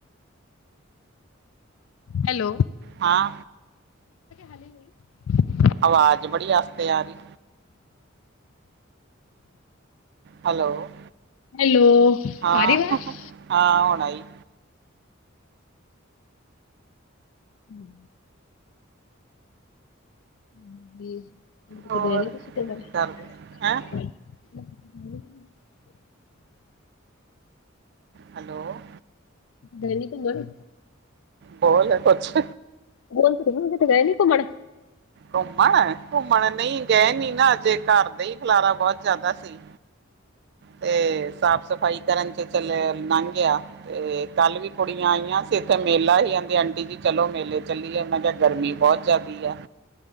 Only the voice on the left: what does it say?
ਹੈਲੋ
ਹੱਲੇ ਨਹੀਂ।
ਹੈਲੋ
ਆ ਰਹੀ ਆਵਾਜ਼
<inaudible> <inaudible>
ਹੈਲੋ।
ਗਏ ਨਹੀਂ ਘੁੰਮਣ।
ਮੈਂ ਤਾਂ ਇਹੀ ਕਹਿੰਦੀ ਸੀ ਕਿਤੇ ਗਏ ਨਹੀਂ ਘੁੰਮਣ।